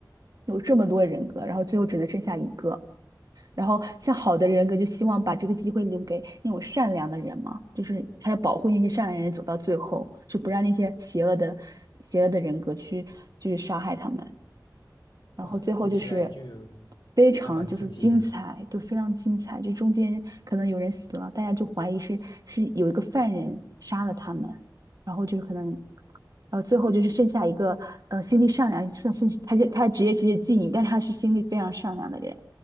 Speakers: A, on the right; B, on the left.
A: 有这么多人格，然后最后只能剩下一个。然后像好的人格就希望把这个机会留给那种善良的人嘛，就是他要保护那些善良的人走到最后，就不让那些邪恶的邪恶的人格去去杀害他们。然后最后就是
B: 哇，听起来就
A: 非常就是精彩，
B: 还蛮刺激的。
A: 就非常精彩。这中间可能有人死了，大家就怀疑是是有一个犯人杀了他们，然后就是可能，然后最后就是剩下一个呃心地善良，算是他他职业其实是妓女，但是他是心地非常善良的人。